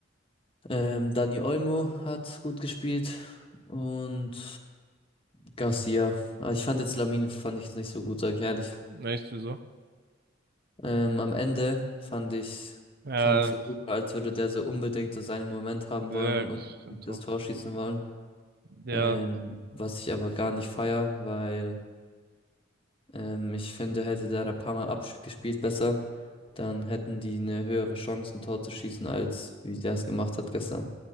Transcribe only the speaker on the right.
Nee, Echt, wieso?
Ja,
ja,
stimmt
doch.
Ja,